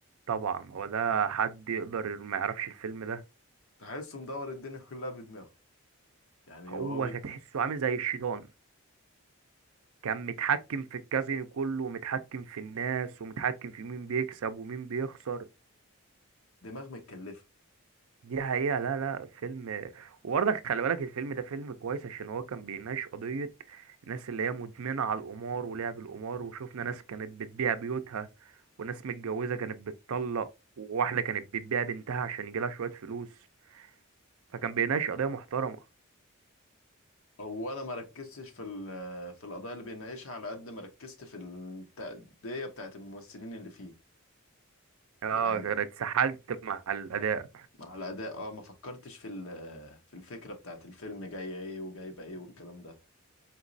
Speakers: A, on the right (about 75°); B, on the left (about 75°).
A: طبعا هو ده حد يقدر ما يعرفش الفيلم ده
B: تحسه مدور الدنيا <laughs> كلها بدماغه يعني
A: هو
B: هو بي-
A: كان تحسه عامل زي الشيطان كان متحكم في الكازينو كله ومتحكم في الناس ومتحكم في مين بيكسب ومين بيخسر
B: دماغ متكلفه
A: دي حقيقة لا لا فيلم وبرضك خلي بالك الفيلم ده فيلم كويس عشان هو كان بيناقش قضية الناس اللي هي مدمنة على القمار ولعب القمار وشوفنا ناس كانت بتبيع بيوتها وناس متجوزة كانت بتطلق وواحدة كانت بتبيع بنتها عشان يجيلها شوية فلوس فكان بيناقش قضية محترمة
B: اولا ما ركزتش في ال- في القضايا اللي بيناقشها على قد ما ركزت في التأدية بتاعت الممثلين اللي فيه
A: اه
B: يعني
A: أنا اتسحلت مع الأداء
B: مع الأداء اه ما فكرتش في ال- في الفكرة بتاعت الفيلم جاية ايه وجايبة ايه والكلام ده